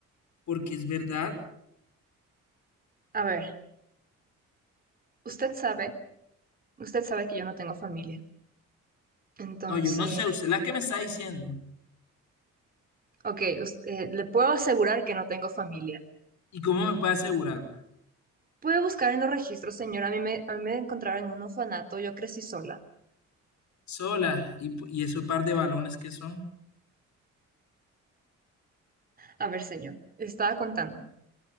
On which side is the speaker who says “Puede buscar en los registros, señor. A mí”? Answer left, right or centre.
Right